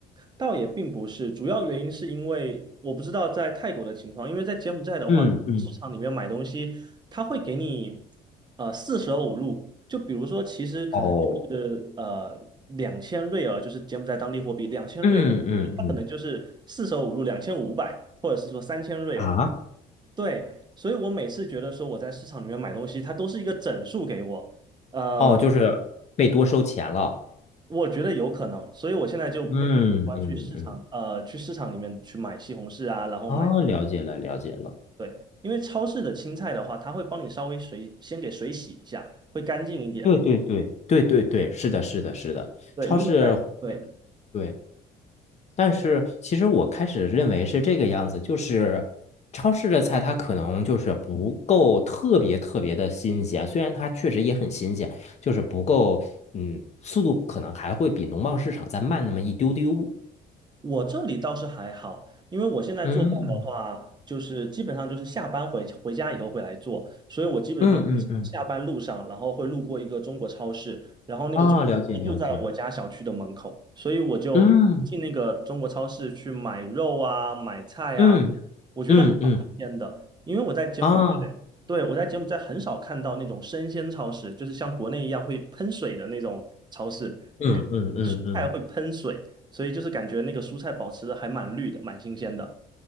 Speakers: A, on the right; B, on the left.
A: 倒也并不是，主要原因是因为我不知道在泰国的情况，因为在柬埔寨的话，
B: 嗯嗯，
A: 市场里面买东西，他会给你呃四舍五入，就比如说，其实可能就是呃两千瑞尔，
B: 哦，
A: 就是柬埔寨当地货币两千瑞尔，
B: 嗯嗯嗯，
A: 它可能就是四舍五入两千五百，或者是说三千瑞尔。
B: 啊？
A: 对，所以我每次觉得说我在市场里面买东西，它都是一个整数给我。呃。
B: 哦，就是被多收钱了。
A: 我觉得有可能，所以我现在就不太喜欢去市场，
B: 嗯嗯嗯，
A: 呃，去市场里面去买西红柿啊，然后买，
B: 啊，了解了，了解了。
A: 对，因为超市的青菜的话，它会帮你稍微水，先给水洗一下，会干净一点。
B: 对对对对对对，是的，是的，是的，
A: 对，
B: 超市，
A: 如果在，对，
B: 对。但是其实我开始认为是这个样子，就是超市的菜它可能就是不够特别特别的新鲜，虽然它确实也很新鲜，就是不够，嗯，速度可能还会比农贸市场再慢那么一丢丢。
A: 我这里倒是还好，因为我现在做饭的话，
B: 嗯
A: 就是基本上就是下班回回家以后会来做，所以我基本上就是下班路上，
B: 嗯嗯嗯，
A: 然后会路过一个中国超市，然后那个中国超市就在我家小区的门口，
B: 啊，了解了解。
A: 所以我就进那个中国超市去买肉啊、
B: 嗯
A: 买菜啊，
B: 嗯。
A: 我觉得还蛮新鲜的，
B: 嗯嗯
A: 因为我在柬埔寨，
B: 啊，
A: 对，我在柬埔寨很少看到那种生鲜超市，就是像国内一样会喷水的那种超市，
B: 嗯嗯嗯嗯，
A: 那个蔬菜会喷水。所以就是感觉那个蔬菜保持的还蛮绿的，蛮新鲜的。